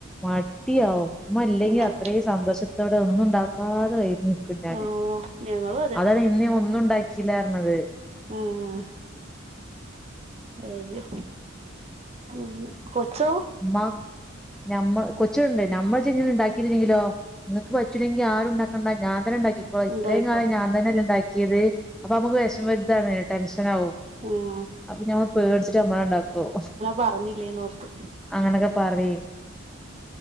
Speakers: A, in the centre; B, on the right.
A: മടിയാകും മ്മല്ലെങ്കി
B: ഏ
A: അത്രയും സന്തോഷത്തോടെ ഒന്നും ണ്ടാക്കാതെ വൈകും. തിന്നാന്
B: ഓ ഞങ്ങളും അതെ
A: അതാണ് ഇന്നേ ഒന്നും ഉണ്ടാക്കിയില്ലാറഞ്ഞത്.
B: ഉം ഉം ഉം കൊച്ചോ?
A: മ്മ ഞമ്മ കൊച്ച്ണ്ട് ഞമ്മള് ചെങ്ങ ണ്ടാക്കിയിരുന്നെങ്കിലോ? ഇങ്ങക്ക് പറ്റൂില്ലെങ്കി ആും ണ്ടാക്കണ്ടാ ഞാന് തന്നെ ണ്ടാക്കിക്കോളയ് ഇത്രയും
B: ഉണ്ടായിക്കോളും
A: കാലം ഞാ ഞൻ തന്നെല്ല ണ്ടാക്കിയത് അപ്പൊ ഞമ്മക്ക് വെഷമം വെല്താണ് ടെൻഷനാവും.
B: ആ
A: അപ്പൊ ഞമ്മള് പേടിച്ചിട്ട് മ്മള് ണ്ടാക്കും.
B: പറഞ്ഞില്ലേന്നോർത്തു.
A: അങ്ങനൊക്കെ പറിം.